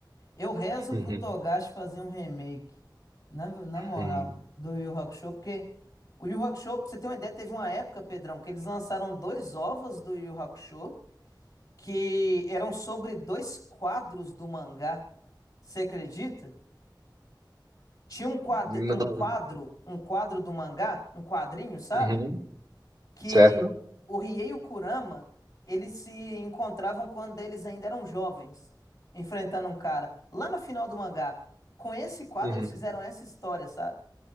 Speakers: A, on the left; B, on the right.
A: Eu rezo
B: Uhum,
A: pro Togashi fazer um remake. Na, na moral,
B: uhum.
A: do Yu Yu Hakusho, porque o Yu Yu Hakusho, pra você ter uma ideia, teve uma época, Pedrão, que eles lançaram dois ovos do Yu Yu Hakusho que eram sobre dois quadros do mangá. Você acredita? Tinha um quadro,
B: Não.
A: um quadro, um quadro do mangá, um quadrinho, sabe?
B: Uhum.
A: Que
B: Certo?
A: o Riei e o Kurama, eles se encontravam quando eles ainda eram jovens, enfrentando um cara. Lá no final do mangá, com esse quadro
B: Uhum.
A: eles fizeram essa história, sabe? Pra